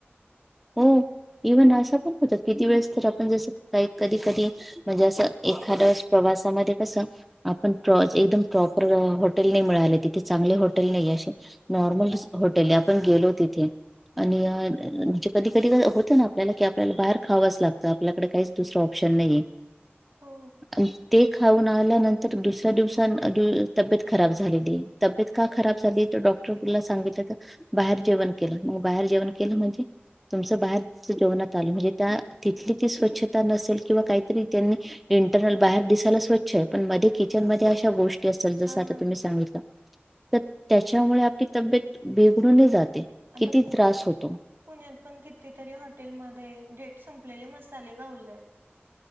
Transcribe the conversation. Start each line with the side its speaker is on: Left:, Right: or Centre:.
Centre: हो इव्हन असा पण होत, किती वेळेस तर आपण जसतय कधी कधी म्हणजे असं एखाद्या प्रवासामध्ये कसं, आपण एकदम प्रॉपर हॉटेल नाही मिळाले तिथे चांगले हॉटेल नाही असे नॉर्मल होटेल आपण गेलो तिथे आणि कधी कधी होतं ना! आपल्याला की आपल्याला बाहेर खावंच लागतं, आपल्याकडे काहीच दुसरं ऑप्शन नाही.
Right: हो
Centre: <unintelligible> ते खाऊन आल्यानंतर दुसऱ्या दिवस तब्येत खराब झालेली तब्येत का खराब झाली तर डॉक् ला सांगितलं तर बाहेर जेवण केलं, मग बाहेर जेवण केलं म्हणजे तुमचं बाहेर जेवणात आलं म्हणजे त्या तिथली ती स्वच्छता नसेल किंवा काहीतरी त्यांनी इंटरनल बाहेर दिसायला स्वच्छ आहे पण मध्ये किचन मध्ये अशा गोष्टी. जस
Right: हा ना
Centre: आ तुम्ही सांगितलं तर त्याच्यामुळे आपली तब्येत बेघडून जाते.
Right: आता
Centre: किती त्रास होतो
Right: पुण्यात पण कितीतरी हॉटेलमध्ये. डेट संपलेली मसाले गावले